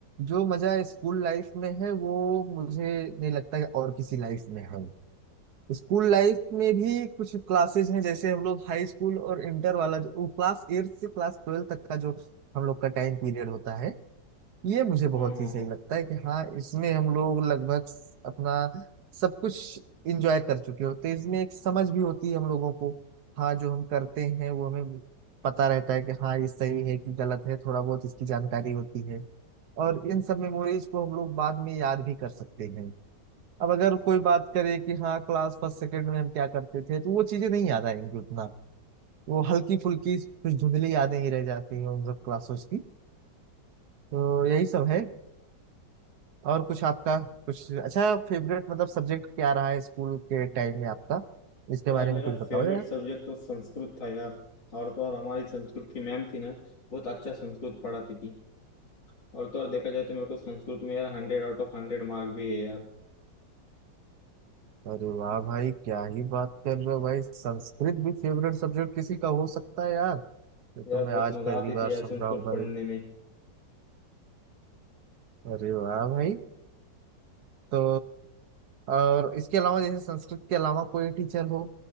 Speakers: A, on the right (about 65°); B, on the left (about 75°).
A: जो मजा स्कूल लाइफ में है वो मुझे नहीं लगता कि और किसी लाइफ में है स्कूल लाइफ में भी कुछ क्लासेज हैं जैसे हम लोग हाई स्कूल और इंटर वाला जो क्लास एट से क्लास ट्वेल्व तक का जो हम लोग का टाइम पीरियड होता है ये मुझे बहुत
B: हाँ हाँ
A: ही सही
B: हाँ
A: लगता है कि हाँ इसमें हम लोग लगभग अपना सब कुछ इंजॉय कर चुके होते हैं इसमें एक समझ भी होती है हम लोगों को हाँ जो हम करते हैं वो हमें पता रहता है कि हाँ ये सही है कि गलत है थोड़ा बहुत इसकी जानकारी होती है और इन सब मेमोरीज को हम लोग बाद में याद भी कर सकते हैं अब अगर कोई बात करे कि हाँ क्लास फर्स्ट सेकंड में हम क्या करते थे तो वो चीजें नहीं याद आएंगी उतना वो हल्की फुल्की कुछ धुंधली यादें ही रह जाती हैं उन सब क्लासों की तो यही सब है और कुछ आपका कुछ अच्छा फेवरेट मतलब सब्जेक्ट क्या रहा है स्कूल के टाइम में आपका इसके
B: यार
A: बारे
B: मेरा
A: में कुछ
B: फेवरेट
A: बताओ यार
B: सब्जेक्ट तो संस्कृत था यार और तो और हमारी संस्कृत की मैम थी ना बहुत अच्छा संस्कृत पढ़ाती थी और तो और देखा जाए तो मेरे को संस्कृत में यार hundred out of hundred mark भी है यार
A: अरे वाह भाई क्या ही बात कर रहे हो भाई संस्कृत भी फेवरेट सब्जेक्ट किसी का हो सकता है यार ये तो
B: यार
A: मैं
B: बहुत
A: आज
B: मजा
A: पहली
B: आती
A: बार
B: थी यार
A: सुन
B: संस्कृत
A: रहा हूँ भाई
B: पढ़ने में
A: अरे वाह भाई तो और इसके अलावा जैसे संस्कृत के अलावा कोई टीचर हो